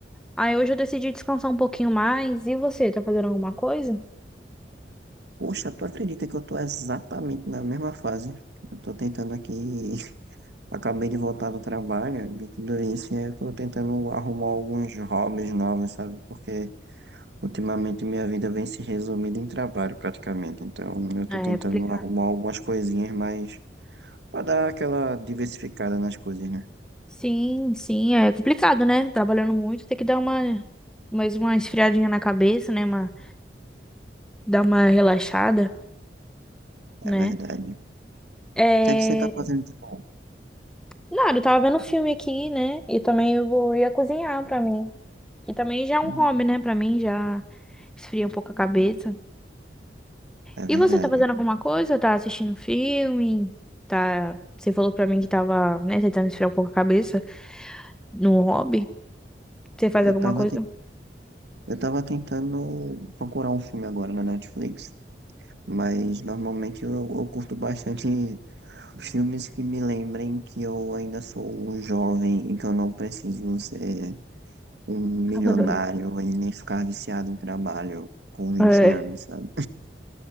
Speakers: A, in the centre; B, on the right.
A: Aí hoje eu decidi descansar um pouquinho mais. E você, tá fazendo alguma coisa?
B: Poxa, tu acredita que eu tô exatamente na mesma fase? Eu tô tentando aqui. <laughs> Acabei de voltar do trabalho, de tudo isso, e eu tô tentando arrumar alguns hobbies novos, sabe? Porque ultimamente minha vida vem se resumindo em trabalho, praticamente. Então, eu tô
A: É
B: tentando
A: complicado.
B: arrumar algumas coisinhas mais pra dar aquela diversificada nas coisas, né?
A: Sim, sim, é complicado, né? Trabalhando muito, tem que dar uma. Mais uma esfriadinha na cabeça, né? Uma... Dar uma relaxada,
B: É
A: né?
B: verdade. O
A: É...
B: que é que você tá fazendo de bom?
A: Nada, eu tava vendo filme aqui, né? E também eu vou ia cozinhar pra mim. Que também já é um
B: Uhum.
A: hobby, né? Pra mim já esfria um pouco a cabeça.
B: É
A: E você
B: verdade.
A: tá fazendo alguma coisa? Tá assistindo filme? Tá... Você falou pra mim que tava, né, tentando esfriar um pouco a cabeça no hobby. Você faz
B: Eu
A: alguma
B: tava,
A: coisa?
B: te- eu tava tentando procurar um filme agora na Netflix, mas normalmente eu, eu curto bastante filmes que me lembrem que eu ainda sou um jovem e que eu não preciso ser um milionário
A: <laughs>
B: e nem ficar viciado em trabalho com vinte
A: É.
B: anos, sabe?